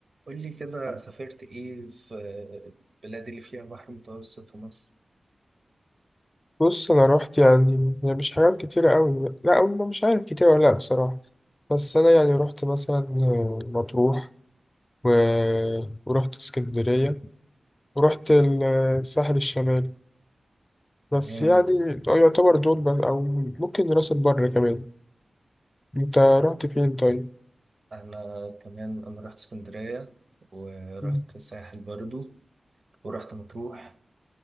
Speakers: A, on the right (about 50°); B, on the left (about 25°).
A: قول لي كده سافرت ايه في البلاد اللي فيها بحر متوسط في مصر
B: بص انا رحت يعني يعني مش حاجات كتيرة قوي لا أو مش عارف كتير ولا لا بصراحة بس انا يعني رحت مثلا مطروح و... ورحت اسكندرية ورحت الساحل الشمالي
A: تمام
B: بس يعني يعتبر دول بس او ممكن راس البر كمان انت رحت فين طيب
A: انا كمان انا رحت اسكندريه ورحت
B: مم.
A: الساحل برضو ورحت مطروح